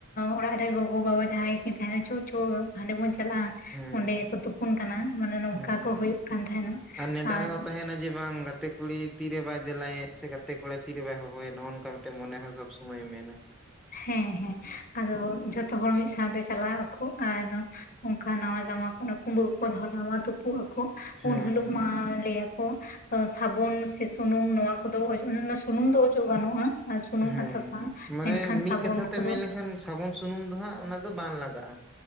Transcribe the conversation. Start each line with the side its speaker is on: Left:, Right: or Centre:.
Left: ᱚᱲᱟᱜ ᱨᱮᱫ ᱜᱚᱜᱚ ᱵᱟᱵᱟ ᱡᱟᱦᱟᱸᱭ ᱜᱮᱠᱤᱱ ᱛᱟᱦᱮᱱᱟ ᱪᱚ ᱪᱚ ᱦᱟᱸᱰᱮ ᱵᱚᱱ ᱪᱟᱞᱟᱜ-ᱟ
Centre: ᱦᱮᱸ
Left: ᱾ ᱚᱸᱰᱮ ᱜᱮᱠᱚ ᱛᱩᱯᱩᱱ ᱠᱟᱱᱟ, ᱢᱟᱱᱮ ᱱᱚᱝᱠᱟ
Centre: ᱦᱮᱸ
Left: ᱠᱚ ᱦᱩᱭᱩᱜ ᱠᱟᱱ ᱛᱟᱦᱮᱸᱱᱟ ᱾
Centre: ᱱᱮᱰᱟ
Left: ᱟᱨ
Centre: ᱨᱮᱦᱚᱸ ᱛᱟᱦᱮᱱᱟ ᱡᱮ ᱵᱟᱝ ᱜᱟᱛᱮ ᱠᱩᱲᱤ ᱛᱤᱨᱮ ᱵᱟᱭ ᱫᱮᱞᱟᱭ ᱥᱮ ᱜᱟᱛᱮ ᱠᱚᱲᱟ ᱛᱤᱨᱮ ᱵᱟᱭ ᱦᱚᱦᱚᱭᱟ ᱱᱚᱜᱚ ᱱᱚᱝᱠᱟ ᱢᱤᱫᱴᱮᱱ ᱢᱚᱱᱮ ᱦᱚᱸ ᱥᱚᱵᱽ ᱥᱚᱢᱚᱭᱮ ᱢᱮᱱᱟ ᱾
Left: ᱦᱮᱸ ᱦᱮᱸ ᱟᱫᱚ ᱡᱷᱚᱛᱚ ᱦᱚᱲ ᱢᱤᱫ ᱥᱟᱶᱛᱮ ᱪᱟᱞᱟᱜ ᱟᱠᱚ ᱟᱨ ᱚᱱᱠᱟ ᱱᱟᱣᱟ ᱡᱟᱢᱟ ᱠᱚ ᱠᱩᱢᱵᱟᱹ ᱠᱚᱠᱚ ᱫᱷᱚᱨᱟᱣᱟ ᱛᱩᱯᱩᱜ ᱟᱠᱚ ᱾
Centre: ᱦᱮᱸ
Left: ᱩᱱ ᱦᱤᱞᱳᱜ
Centre: ᱦᱮᱸ
Left: ᱢᱟ ᱞᱟᱹᱭ ᱟᱠᱚ ᱥᱟᱵᱚᱱ ᱥᱮ ᱥᱩᱱᱩᱢ ᱱᱚᱣᱟ ᱠᱚᱫᱚ <inaudible> ᱥᱩᱱᱩᱢ ᱫᱚ ᱚᱡᱚᱜ ᱜᱟᱱᱚᱜ-ᱟ, ᱟᱨ ᱥᱩᱱᱩᱢ
Centre: ᱦᱮᱸ
Left: ᱟᱨ ᱥᱟᱥᱟᱝ
Centre: ᱢᱟᱱᱮ ᱢᱤᱫ
Left: ᱥᱟᱵᱚᱱ
Centre: ᱠᱟᱛᱷᱟ
Left: ᱠᱚᱫᱚ
Centre: ᱛᱮᱢ ᱢᱮᱱ ᱞᱠᱷᱟᱱ ᱥᱟᱵᱚᱱ ᱥᱩᱱᱩᱢ ᱫᱚ ᱦᱟᱸᱜ ᱚᱱᱟ ᱫᱚ ᱵᱟᱝ ᱞᱟᱜᱟᱜ-ᱟ ᱾